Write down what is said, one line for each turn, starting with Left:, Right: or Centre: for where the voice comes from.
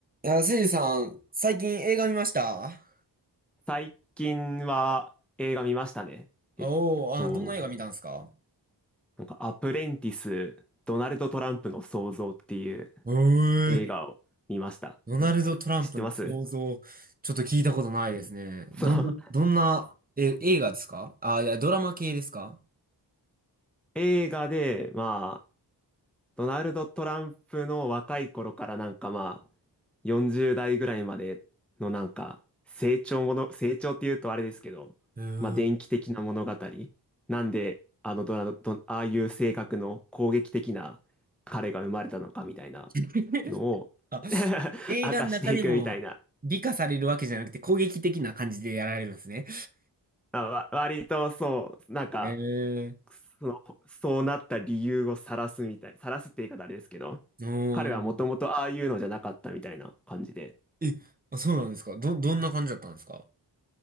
Right: あ、せいじさん、最近映画見ました
Centre: 最近は映画見ましたね。
Right: おおー、
Centre: えっと、
Right: あ、どんな映画見たんですか
Centre: なんかアプレンティス、ドナルド・トランプの創造っていう
Right: うー、
Centre: 映画を見ました。
Right: ドナルド・トランプの想像、
Centre: 知ってます
Right: ちょっと聞いたことないですね。
Centre: <laughs>
Right: どんな、
Centre: そう。
Right: どんな、え、映画ですかあ、いや、ドラマ系ですか
Centre: 映画で、まドナルド・トランプの若い頃からなんかまあ、40代ぐらいまでのなんか、成長もの、成長っていうとあれですけど、
Right: うーん。
Centre: まあ、電気的な物語。なんで、あのドラ、ド、ああいう性格の攻撃的な彼が生まれたのかみたいな
Right: <laughs>
Centre: のを
Right: あ、
Centre: <laughs>
Right: 映画の中でも美化されるわけじゃなくて攻撃的な感じでやられるんですね。
Centre: 明かしていくみたいな。まあ、わ割とそう、なんか、
Right: へえ。
Centre: その、そうなった理由を晒すみたい、晒すって言い方あれですけど、
Right: おー。
Centre: 彼はもともとああいうのじゃなかったみたいな感じで、
Right: え、あ、そうなんですかど、どんな感じだったんですか